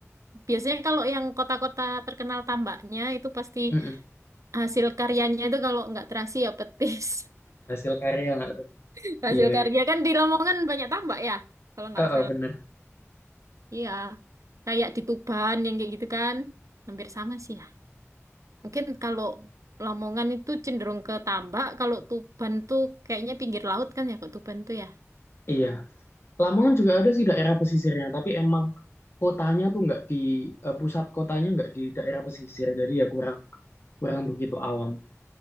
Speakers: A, on the right; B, on the left.
A: Biasanya kalau yang kota-kota terkenal tambaknya itu pasti
B: Mm-mm.
A: hasil karyanya itu kalau nggak terasi ya petis.
B: Hasil karya nggak tuh?
A: <laughs> Hasil
B: Iya,
A: karya
B: iya.
A: kan di Lamongan banyak tambak ya, kalau nggak
B: Heeh,
A: salah.
B: bener.
A: Iya, kayak di Tuban yang kayak gitu kan, hampir sama sih ya. Mungkin kalau Lamongan itu cenderung ke tambak, kalau Tuban tuh kayaknya pinggir laut kan ya, kok Tuban tuh ya.
B: Iya. Lamongan juga ada sih daerah pesisirnya, tapi emang kotanya tuh nggak di eh, pusat kotanya nggak di daerah pesisir, jadi ya kurang kurang begitu awam.